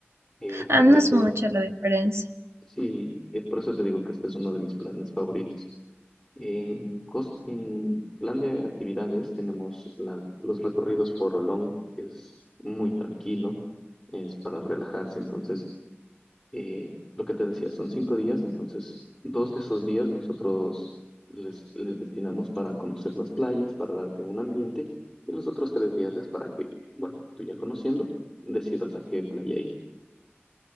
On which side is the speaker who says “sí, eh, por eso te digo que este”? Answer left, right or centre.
Centre